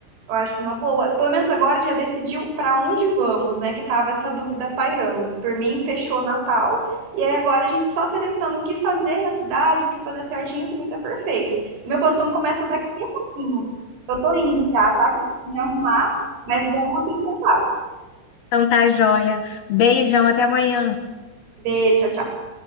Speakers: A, on the right (about 75°); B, on the left (about 60°).
A: Eu acho uma boa. Pelo menos agora já decidiu pra onde vamos, né? Que tava essa dúvida pairando. Por mim, fechou Natal. E aí agora a gente só seleciona o que fazer na cidade, o que fazer certinho, pra mim tá perfeito. E meu plantão começa daqui a pouquinho. Eu tô indo já, tá? Que eu preciso me arrumar, mas vamos manter em contato.
B: Então tá, joia. Beijão, até amanhã.
A: Beijo, tchau, tchau.